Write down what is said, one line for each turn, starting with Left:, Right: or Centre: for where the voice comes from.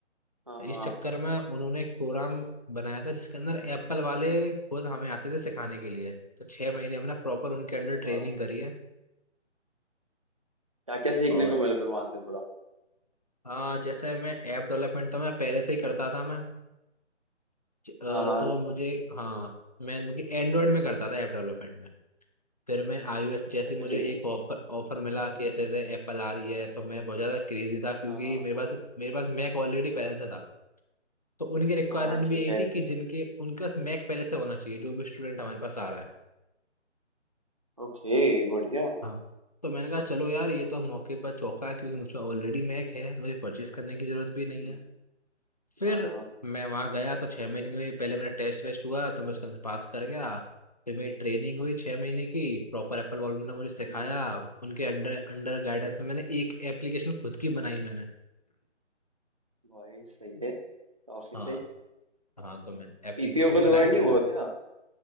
Right: हाँ
Left: तो
Right: हाँ
Left: इस चक्कर में उन्होंने एक प्रोग्राम बनाया था जिसके अंदर एप्पल वाले खुद हमें आते थे सिखाने के लिए तो छह महीने हमने प्रॉपर उनके अंडर
Right: अरे
Left: ट्रेनिंग
Right: वाह
Left: करी है
Right: क्या क्या सीखने
Left: और
Right: को मिला फिर वहां से थोड़ा
Left: आ, जैसे मैं ऐप डेवलपमेंट तो मैं पहले से ही करता था मैं ज- अ,
Right: हाँ हाँ
Left: तो मुझे हाँ मैं एंड्रॉयड में करता था ऐप डेवलपमेंट में फिर मैं आईओएस जैसे
Right: अच्छा
Left: ही मुझे
Right: ठीक है
Left: एक ऑफर ऑफर मिला कि ऐसे ऐसे एप्पल आ रही है तो मैं बहुत ज़्यादा क्रेजी था क्योंकि
Right: हाँ हाँ
Left: मेरे पास मेरे पास मैक ऑलरेडी पहले से था तो उनकी रिक्वायरमेंट
Right: हाँ हाँ ठीक
Left: भी यही
Right: है
Left: थी कि जिनके उनके पास मैक पहले से होना चाहिए जो भी स्टूडेंट हमारे पास आ रहा है
Right: ओके बढ़िया
Left: हाँ तो मैंने कहा चलो यार ये तो मौके पर चौका है क्योंकि मुझे ऑलरेडी मैक है मुझे परचेस करने की जरूरत भी नहीं
Right: हम्म,
Left: है फिर
Right: हाँ हाँ
Left: मैं वहाँ गया तो छः महीने में पहले मेरा टेस्ट वेस्ट हुआ तो मैं उसके अंदर पास कर गया फिर मेरी ट्रेनिंग हुई छः महीने की प्रॉपर एप्पल वॉलम ने मुझे सिखाया
Right: हम्म
Left: उनके अंडर अंडर गाइडेंस में मैंने एक एप्लीकेशन खुद की बनाई मैंने
Right: भाई सही है काफी
Left: हाँ
Right: सही
Left: हाँ तो मैंने एप्लीकेशन
Right: पीपीओ का
Left: बनाई
Right: जुगाड़ नहीं
Left: मैंने
Right: हुआ क्या